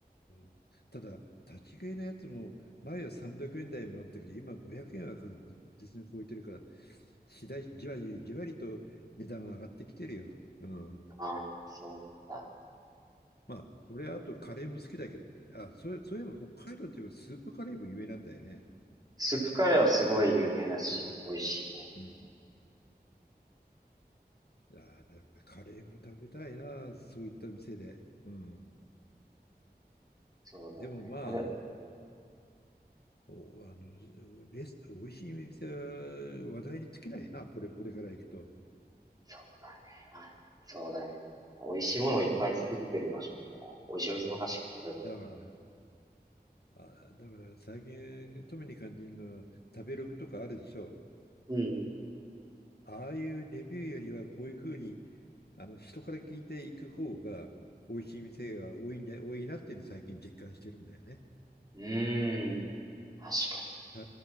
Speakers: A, on the left (about 70°); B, on the right (about 25°).
A: ーただ、立ち食いのやつも前は300円台もあったけど、今500円は確実に超えてるから、次第、じわりじわりと値段は上がってきてるよ。うん。
B: ああ、そうなんだ。
A: まあ、俺はあとカレーも好きだけどね。あ、そうそういえば北海道といえばスープカレーも有名なんだよね。
B: スープカレーはすごい有名だし、美味しいね。
A: うん。あー、カレーも食べたいな、そういった店で。うん。
B: そうだね。
A: でもまあ、
B: まあ、でも
A: お、あの、レス、美味しい店は話題に尽きないな、これ、これから行くと。
B: そうだね。まあ、そうだね。まあ美味しいものをいっぱい作ってる場所だから、美味しいお店も確かにあるか
A: だから、あ、だから最近特に感じるのは食べログとかあるでしょ。
B: ら。うん
A: ああいうレビューよりはこういうふうにあの人から聞いていく方が美味しい店が多いんだ、多いなっていうのを最近実感してるんだよね。
B: うん。ーん。確かに。
A: た